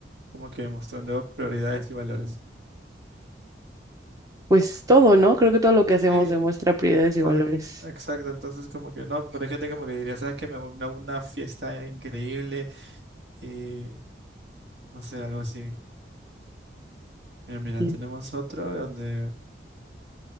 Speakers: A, on the right; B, on the right.
A: como que mostrando prioridades y valores.
B: pues todo, ¿no? Creo que todo lo que hacemos
A: Sí,
B: demuestra prioridades y
A: Porque-
B: valores.
A: exacto, entonces como que no, pero hay gente como que diría, ¿sabes qué? Me, hago- me hago una fiesta increíble y no sé, algo así. Mira, mira,
B: Sí.
A: tenemos otro donde,